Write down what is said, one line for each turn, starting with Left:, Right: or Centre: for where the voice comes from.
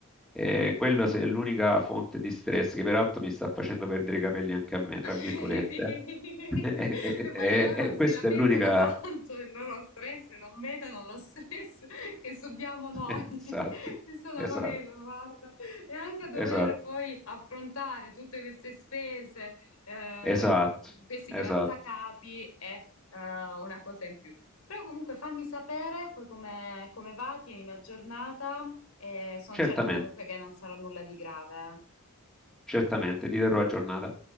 Centre: Eh, quella se- è l'unica fonte di stress che peraltro mi sta facendo perdere i capelli anche a me, tra
Left: <laughs> Sì,
Centre: virgolette. <laughs> Eh,
Left: sì.
Centre: eh,
Left: E
Centre: eh, eh,
Left: poi loro
Centre: eh, questa
Left: si lamentano
Centre: è l'unica...
Left: tanto del loro stress e non vedono lo stress che subiamo noi.
Centre: <laughs>
Left: <laughs>
Centre: Esatto,
Left: Questo non
Centre: esatto,
Left: lo vedono, guarda. E anche a dover
Centre: esatto,
Left: poi affrontare tutte queste spese, ehm,
Centre: esatto,
Left: questi
Centre: esatto.
Left: grattacapi è eh, una cosa in più. Però comunque fammi sapere poi come, come va, tienimi aggiornata e sono certa
Centre: Certamente,
Left: comunque che non sarà nulla di grave.
Centre: certamente, ti terrò aggiornata.